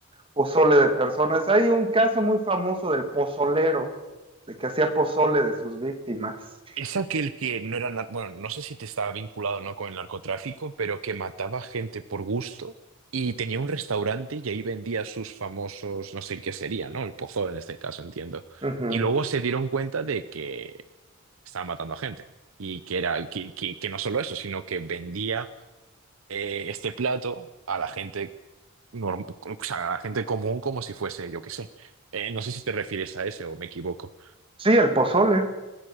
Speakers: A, on the right (about 25°); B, on the right (about 65°).
A: pozole de personas. Hay un caso muy famoso del pozolero, de que hacía pozole de sus víctimas.
B: Es aquel que no era, nar- bueno, no sé si te estaba vinculado o no con el narcotráfico, pero que mataba gente por gusto y tenía un restaurante y ahí vendía sus famosos, no sé qué sería, ¿no? El pozol en este caso, entiendo.
A: Ujú.
B: Y luego se dieron cuenta de que estaba matando a gente y que era, que, que- que no solo eso, sino que vendía eh, este plato a la gente norm- o sea, a la gente común como si fuese, yo qué sé. Eh, no sé si te refieres a ese o me equivoco.
A: Sí, el pozole.